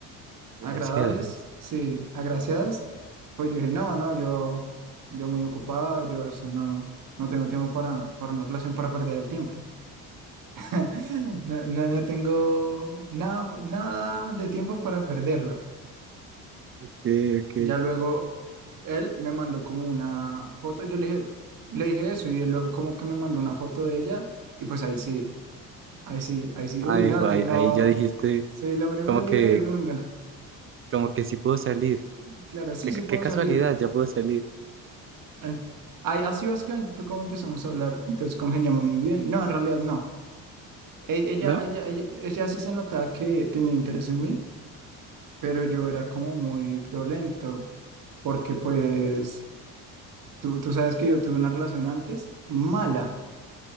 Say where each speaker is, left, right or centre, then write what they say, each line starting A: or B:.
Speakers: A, on the right (about 35°); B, on the right (about 55°).
A: Gracias.
B: agradables, sí, agraciadas, pues yo dije, no, no, yo, yo muy ocupado, yo eso no, no tengo tiempo para, para una relación para perder el tiempo. <laughs> No, no, no tengo nada, nada de tiempo para perderlo.
A: Ok, ok.
B: Ya luego él me mandó como una foto, yo le dije, le dije eso y él luego como que me mandó una foto de ella y pues ahí sí, ahí sí, ahí sí,
A: Ahí
B: uy, no,
A: va,
B: tengo,
A: ahí ya dijiste
B: soy el hombre
A: como
B: más libre
A: que
B: del mundo. <laughs>
A: Como que sí puedo salir.
B: Claro, sí,
A: Qué,
B: sí
A: qué
B: puedo
A: casualidad,
B: salir.
A: ya puedo salir,
B: En- ahí- Así básicamente fue como empezamos a hablar, entonces congeniamos muy bien. No, en realidad no. E- Ella,
A: ¿no?
B: ella, ella, ella sí se notaba que tenía interés en mí, pero yo era como muy friolento, porque pues tú, tú sabes que yo tuve una relación antes mala,